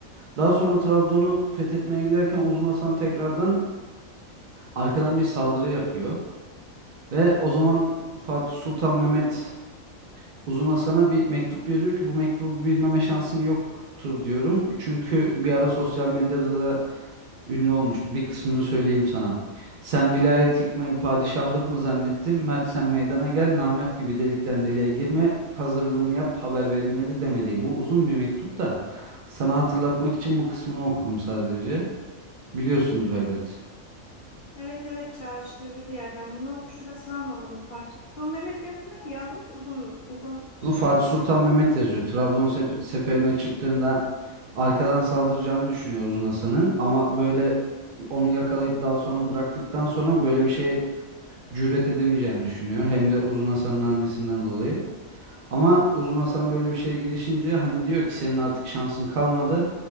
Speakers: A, on the right; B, on the left.
A: Daha sonra Trabzon'u fethetmeye giderken Uzun Hasan tekrardan arkadan bir saldırı yapıyor. Ve o zaman Fatih Sultan Mehmet Uzun Hasan'a bir mektup yazıyor ki bu mektubu bilmeme şansın yoktur diyorum. Çünkü bir ara sosyal medyada da ünlü olmuştu. Bir kısmını söyleyeyim sana. Sen vilayet yıkmayı padişahlık mı zannettin? Mert sen meydana gel, namert gibi delikten deliğe girme, hazırlığını yap, haber verilmedi deme diye. Bu uzun bir mektup da sana hatırlatmak için bu kısmını okudum sadece. Biliyorsundur elbet.
B: Evet evet çağrıştırdı bir yerden. Bunu şurasını anlamadım. Fatih Sultan Mehmet yapmış, yazmış uzun uzun şey
A: Bunu Fatih
B: mi?
A: Sultan Mehmet yazıyor. Trabzon sef- seferine çıktığında arkadan saldıracağını düşünüyor Uzun Hasan'ın ama böyle onu yakalayıp daha sonra bıraktıktan sonra böyle bir şey cüret edemeyeceğini düşünüyor. Hem de Uzun Hasan'ın annesinden dolayı. Ama Uzun Hasan böyle bir şeye girişince hani diyor ki senin artık şansın kalmadı.